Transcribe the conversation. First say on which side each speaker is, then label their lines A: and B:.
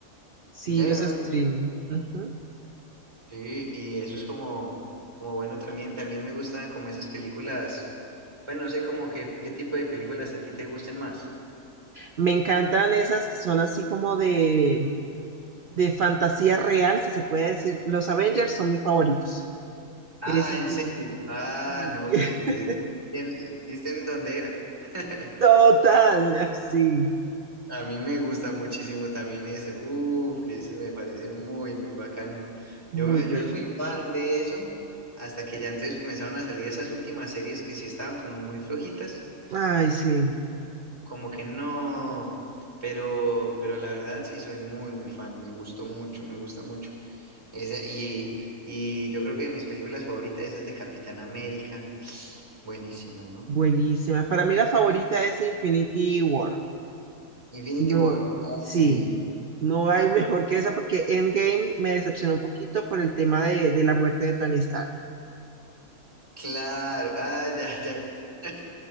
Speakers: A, on the right; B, on the right.
A: Sí,
B: Ya
A: los
B: hay uno
A: streaming. Ujú.
B: Sí, y eso es como, como bueno también. También me gustan como esas películas. Bueno, no sé como qué, qué tipo de películas a ti te gusten más.
A: Me encantan esas que son así como de de fantasía real, si se puede decir. Los Avengers son mis favoritos.
B: Ah,
A: Esas
B: ¿en
A: películas.
B: serio? Ah,
A: Y-
B: no,
A: <laughs>
B: pues entonces, ¿quién- ¿viste en dónde era? <laughs>
A: Total, ay, sí,
B: A mí me gusta muchísimo también ese. Uf, que ese me parece muy, muy bacano.
A: muy
B: Yo, me,
A: bueno.
B: yo fui fan de eso hasta que ya entonces comenzaron a salir esas últimas series que sí estaban como muy flojitas.
A: Ay, sí,
B: como que no, pero, pero la verdad sí soy muy, muy fan, me gustó mucho, me gusta mucho. Ese- y, y yo creo que de mis películas favoritas, esas de Capitán América, buenísimas, ¿no?
A: buenísima. Para mí la favorita es Infinity War.
B: Infinity
A: No,
B: War, ah,
A: sí,
B: sí,
A: no hay mejor que esa porque Endgame me decepcionó un poquito por el tema de, de la muerte de Tony Stark.
B: claro, ah, ya, ya, ya. <laughs>